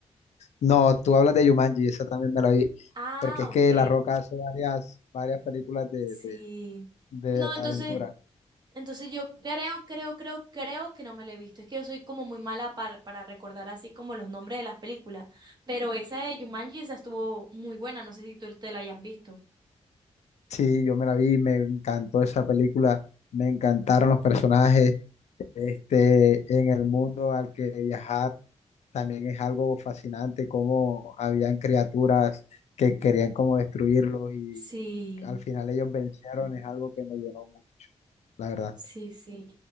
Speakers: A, on the left (about 70°); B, on the right (about 35°).
A: No, tú hablas de Jumanji, esa también me la vi,
B: Ah,
A: porque es que
B: ok,
A: La Roca hace varias, varias películas de,
B: sí.
A: de, de
B: No, entonces,
A: aventura.
B: Entonces yo creo, creo, creo, creo que no me la he visto. Es que yo soy como muy mala para, para recordar así como los nombres de las películas. Pero esa de Jumanji, esa estuvo muy buena. No sé si tú te la hayas visto.
A: Sí, yo me la vi, me encantó esa película, me encantaron los personajes, este, en el mundo al que viajar también es algo fascinante, cómo habían criaturas que querían como destruirlos y
B: Sí,
A: al final ellos vencieron, es algo que me llenó mucho, la verdad.
B: sí, sí.